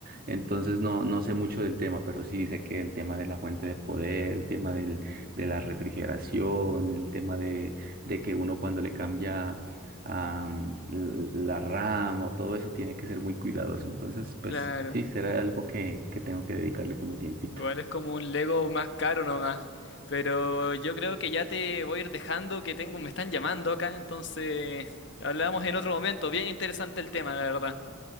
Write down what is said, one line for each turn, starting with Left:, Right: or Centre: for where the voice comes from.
Right: entonces no, no sé mucho del tema, pero sí sé que el tema de la fuente de poder, el tema del, de la refrigeración, el tema de de que uno cuando le cambia am, l- la RAM o todo eso tiene que ser muy cuidadoso. Entonces, pues
Left: claro.
Right: sí, será algo que, que tengo que dedicarle como tiempito.
Left: Igual es como un Lego más caro nomás. Pero yo creo que ya te voy a ir dejando, que tengo, me están llamando acá, entonces hablamos en otro momento. Bien interesante el tema, la verdad.